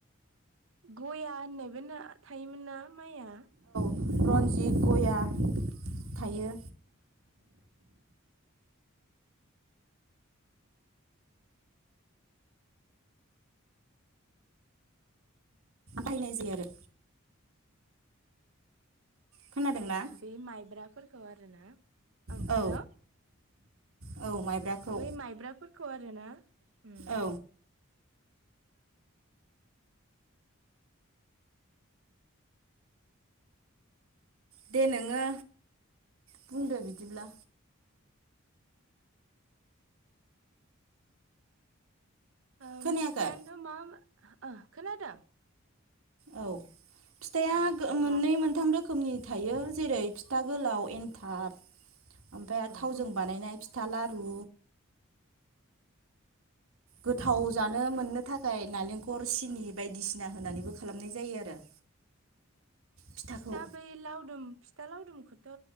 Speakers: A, on the right (about 70°); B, on the right (about 80°).
A: गया होननायबो ना थायोमोन ना? माइआ
B: रनजिथ गया थायो बायनाय जाया आरो खोनादों ना
A: बे माइब्रा फोरखौ आरोना ओं
B: औ
A: हेल
B: औ माइब्राखौ
A: बै माइब्राफोरखौ आरो रो ना उम
B: औ दे नोङो बुंदो बिदिब्ला।
A: ओम
B: खोनायाखै
A: फिथायान्थ मा? ओह खोनादों।
B: औ फिथाइआ
A: ओ
B: मोननै
A: दा
B: मोनथाम रोखोमनि थायो जेरै ता गोलाव एनथाब। ओमफ्राय आ
A: उम
B: थावजों बानायनाय फिथ था लारू। गोथाव जानो मोननो थाखाय नालेंखर सिनि बायदिसिना होनानैबो खालामनाय जायो आरो। फिथाखौ
A: फिथा बै लावदुम फिथा लावदुमखौथ